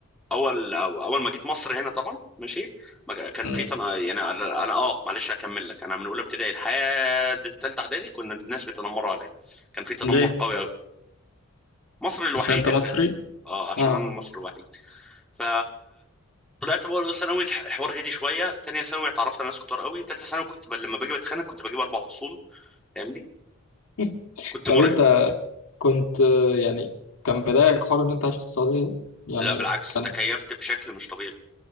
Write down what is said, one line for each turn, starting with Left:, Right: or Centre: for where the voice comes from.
Centre: اول اول ما جيت مصر هنا طبعا ماشي ما كان
Left: مم.
Centre: في تن... يعني انا أنا- اه معلش هكمل لك انا من اولى ابتدائي لحد الثالثه اعدادي كنا الناس بيتنمروا عليا كان في تنمر
Left: ليه؟
Centre: قوي قوي مصر الوحيد
Left: عشان انت
Centre: اللي
Left: مصري؟
Centre: اه عشان
Left: اه
Centre: انا المصري الوحيد ف طلعت بقى اولى ثانوي الح- الحوار هدي شويه ثانيه ثانوي اتعرفت على ناس كتار قوي ثالثه ثانوي كنت ب... لما باجي بتخانق كنت بجيب اربع فصول فاهمني
Left: <laughs>
Centre: كنت
Left: طب
Centre: مرعب
Left: انت كنت آه، يعني كان بداية حوار ان انت عايش في السعودية ده؟ يعني
Centre: لا بالعكس
Left: كان
Centre: تكيفت بشكل مش طبيعي